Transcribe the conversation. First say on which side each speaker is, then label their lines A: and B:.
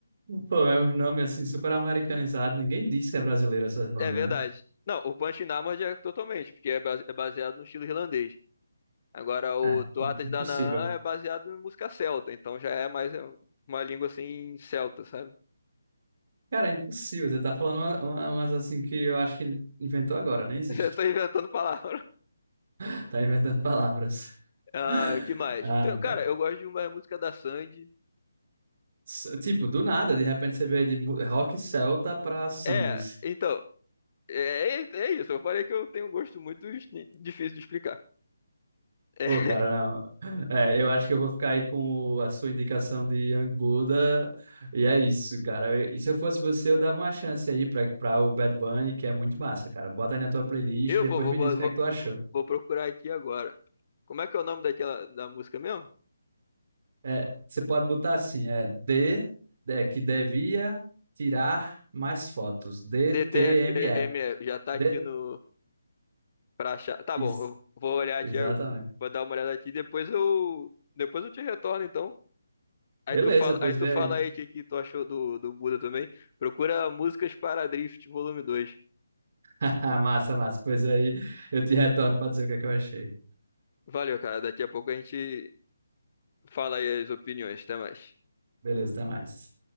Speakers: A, on the right (about 45°); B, on the left (about 40°).
A: Pô, é um nome, assim, super americanizado. Ninguém diz que é brasileiro essas bandas,
B: é verdade.
A: né?
B: Não, o Punch in Namard é totalmente, porque é base- é baseado no estilo irlandês. Agora, o
A: É,
B: Tuatas
A: impossível.
B: Danann é baseado em música celta, então já é mais é, uma língua assim celta, sabe?
A: Cara, é impossível. Você tá falando uma- uma- umas assim que eu acho que inventou agora, nem
B: <laughs>
A: existe.
B: Você tá inventando palavra.
A: <laughs> Tá inventando palavras.
B: Ah,
A: <laughs>
B: que mais?
A: Ah,
B: Então, cara,
A: cara.
B: eu gosto de uma música da Sandy.
A: S- Tipo, do nada, de repente você veio de mu- rock celta pra Sandes.
B: É, então, é, é isso. Eu falei que eu tenho um gosto muito es- difícil de explicar. É,
A: Pô,
B: <laughs>
A: cara, não. É, eu acho que eu vou ficar aí com o- a sua indicação de Young Buddha. E é isso, cara. E se eu fosse você, eu dava uma chance aí pra, pra o Bad Bunny, que é muito massa, cara. Bota aí na tua playlist
B: eu
A: e depois
B: vou, vou,
A: me
B: vou,
A: diz o que
B: vou
A: é que tu achou.
B: vou procurar aqui agora. Como é que é o nome daquela da música mesmo?
A: É, você pode botar assim, é D, é, que devia tirar mais fotos. D-T-M-F.
B: DTFM já tá
A: D,
B: aqui no pra achar. Tá
A: ex-
B: bom, eu vou olhar aqui,
A: exatamente.
B: ag- vou dar uma olhada aqui, depois eu depois eu te retorno então. Aí
A: Beleza,
B: tu fala,
A: pois
B: aí tu
A: vê
B: fala
A: aí.
B: aí o que, que tu achou do, do Buda também. Procura Músicas para Drift, volume 2.
A: <laughs> Massa, massa. Pois aí eu te retorno para dizer o que é que eu achei.
B: Valeu, cara. Daqui a pouco a gente fala aí as opiniões. Até mais.
A: Beleza, até mais.